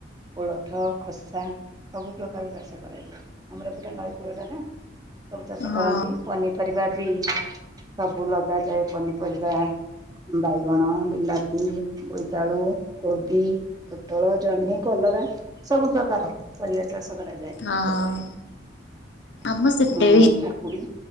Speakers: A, on the right; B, on the left.
A: କୋଳଥ ଖସା ସବୁ ପ୍ରକାର ଚାଷ କରାଯାଏ ଆମର ଏପଟର ନଈ କୂଳଟା ନା ସବୁ ଚାଷ
B: ହଁ
A: କରନ୍ତି ପନିପରିବା ବି ସବୁ ଲଗାଯାଏ ପନିପରିବା ବାଇଗଣ ବିଲାତି ବୋଇତାଳୁ କୋବି ପୋଟଳ ଜହ୍ନି କଲରା ସବୁ ପ୍ରକାର ପରିବା ଚାଷ କରାଯାଏ। <unintelligible>
B: ହଁ
A: ଏପଟରେ ହୁଁ
B: ଆମ ସେପଟେ
A: କାକୁଡି